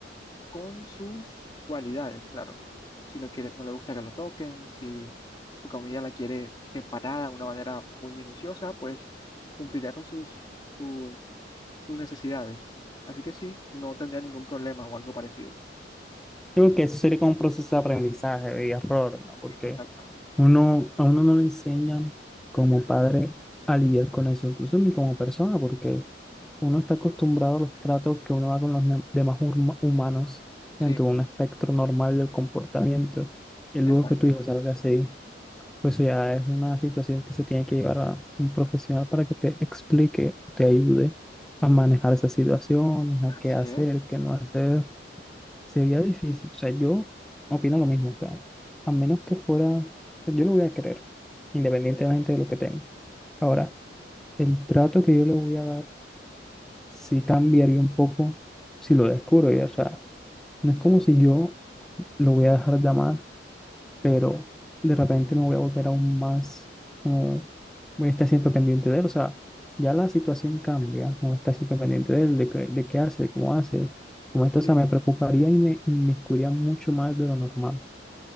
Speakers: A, on the left; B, in the centre.
A: con sus cualidades, claro. Si no quiere, no le gusta que lo toquen, si su comida la quiere separada de una manera muy minuciosa, pues cumplirá con sus, sus, sus necesidades. Así que sí, no tendría ningún problema o algo parecido.
B: Creo que eso sería como un proceso de aprendizaje y error, ¿no? Porque
A: Sí, exacto.
B: uno, a uno no le enseñan como padre a lidiar con eso, incluso ni como persona, porque Uno está acostumbrado a los tratos que uno da con los ne- demás hurma- humanos
A: Sí,
B: dentro de un espectro normal del comportamiento. Y luego
A: exacto.
B: que tu hijo salga así, pues eso ya es una situación que se tiene que llevar a un profesional para que te explique, te ayude a manejar esas situaciones, a
A: Así
B: qué hacer,
A: es.
B: qué no hacer. Sería difícil. O sea, yo opino lo mismo. O sea, a menos que fuera, yo lo voy a querer, independientemente de lo que tenga. Ahora, el trato que yo le voy a dar sí cambiaría un poco si lo descubro ya. O sea, no es como si yo lo voy a dejar de amar, pero de repente me voy a volver aún más, como voy a estar siempre pendiente de él. O sea, ya la situación cambia, no estar siempre pendiente de él, de, qué- de qué hace, de cómo hace. Como esto, o
A: Sí,
B: sea, me preocuparía y me inmiscuiría mucho más de lo normal.